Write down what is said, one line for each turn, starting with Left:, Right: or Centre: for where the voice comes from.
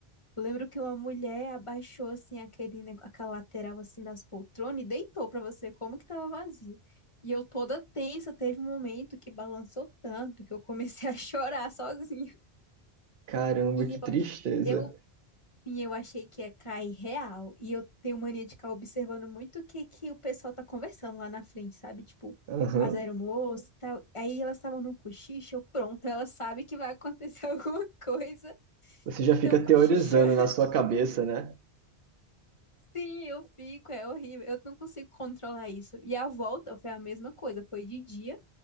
Left: Eu lembro que uma mulher abaixou assim aquele, nego- aquela lateral assim das poltronas e deitou pra você como que tava vazio. E eu toda tensa, teve um momento que balançou tanto que eu comecei <laughs> a chorar sozinha.
Right: Caramba,
Left: E
Right: que
Left: eu
Right: tristeza.
Left: achei, eu, sim, eu achei que ia cair real. E eu tenho mania de ficar observando muito o que que o pessoal tá conversando lá na frente, sabe? Tipo,
Right: Aham.
Left: as aeromoças e tal. Aí elas estavam num cochicho, eu, pronto, ela sabe que vai acontecer <laughs> alguma coisa
Right: Você já
Left: e
Right: fica
Left: tão cochichando.
Right: teorizando na sua cabeça, né?
Left: Sim, eu fico, é horrível. Eu não consigo controlar isso. E a volta foi a mesma coisa. Foi de dia,